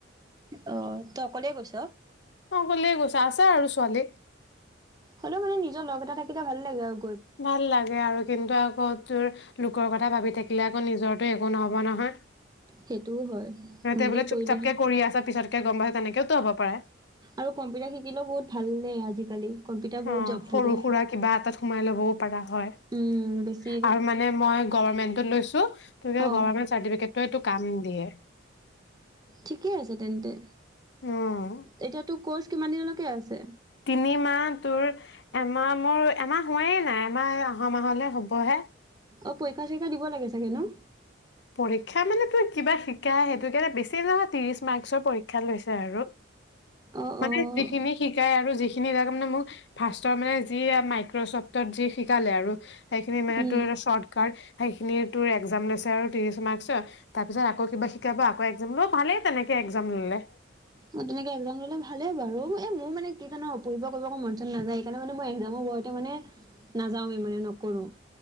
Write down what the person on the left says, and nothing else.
অ কলে গৈছে আছে আৰু ছোৱালী
ভাল লাগে আৰু কিন্তু আকৌ তোৰ লোকৰ কথা ভাবি থাকিলে আকৌ নিজৰ <unintelligible> একো নহব নহয়
সিহঁতে
বোলে চুপ
চাপকে কৰি <unintelligible> গম পাই তেনেকেও তো হ'ব পাৰে
অ
সৰু
সুৰা কিবা এটাত সোমাই লও <unintelligible>
আৰু মানে মই গভৰ্মেন্টত লৈছো <unintelligible>
গভৰ্মেণ্ট চাৰ্টিফিকেট টোয়ে টো কাম দিয়ে
উম
তিনি মাহ তোৰ এমাহ মোৰ এমাহ হোৱাইেই নাই এমাহ অহা মাহলে হ'বহে
পৰীক্ষা মানে তোৰ কিবা শিকা সেইটো কে বেছি নহয় ত্ৰিশ মাৰ্কচৰ পৰীক্ষা লৈছে আৰু
মানে
যিখিনি শিকাই আৰু যিখিনি <unintelligible> মানে মোক ফাৰ্ষ্টৰ মানে যি মাইক্ৰচফ্টত যি শিকালে আৰু সেইখিনে মানে
তোৰ শৰ্টকাট সেইখিনি তোৰ একজাম লৈছে আৰু <unintelligible> তাৰ পাছত আকৌ কিবা শিকাব আকৌ একজাম লব ভালেই তেনেকে একজাম ললে